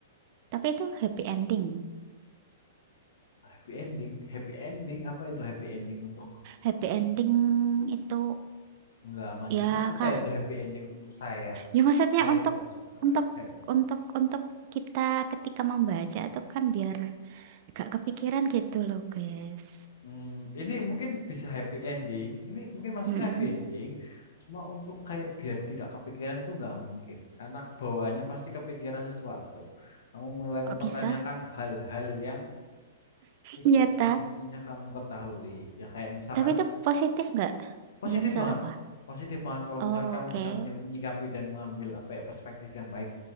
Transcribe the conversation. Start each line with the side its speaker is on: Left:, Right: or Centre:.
Right: Tapi itu happy ending.
Left: Happy ending, happy ending apa itu happy ending untuk
Right: Happy ending itu
Left: enggak maksudnya
Right: ya
Left: apa
Right: kah?
Left: itu happy ending untuk saya?
Right: Ya maksudnya
Left: Saya
Right: untuk
Left: tidak suka
Right: untuk
Left: happy ending.
Right: untuk untuk kita ketika membaca itu kan biar gak kepikiran gitu loh, guys.
Left: Hmm, ini mungkin bisa happy ending. Ini mungkin maksudnya
Right: Mm-mm.
Left: happy ending. Cuma untuk kayak biar tidak kepikiran itu nggak mungkin. Karena bawaannya pasti kepikiran sesuatu. Kamu mulai
Right: Kok
Left: mempertanyakan
Right: bisa?
Left: hal-hal yang tidak
Right: Iya ta.
Left: semestinya kamu ketahui. Ya kayak misalkan
Right: Tapi itu positif nggak?
Left: Positif
Right: Ya misalnya
Left: banget.
Right: apa?
Left: Positif banget kalau
Right: Oh,
Left: misalkan kamu
Right: Oke.
Left: bisa menyi- menyikapi dan mengambil apa ya perspektif yang baik